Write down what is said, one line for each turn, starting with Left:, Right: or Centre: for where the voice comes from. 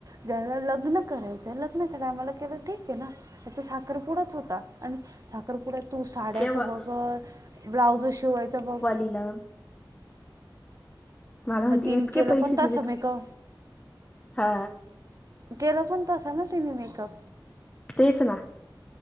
Right: ज्याला लग्न करायचंय, लग्नाच्या टायमला केलं ठीकाय ना? त्याचा साखरपुडाच होता आन साखरपुड्यात तू साड्याचं
Left: तेव्हा
Right: बघंल ब्लाऊजं शिवायचं बघ.
Left: तिला मला म्हणते
Right: म तिनं
Left: इतके
Right: केलं
Left: पैसे
Right: पण
Left: दिले
Right: तसा
Left: तू
Right: मेकअ
Left: हा
Right: केलं पण तसं ना तिनं मेकअप?
Left: तेच ना.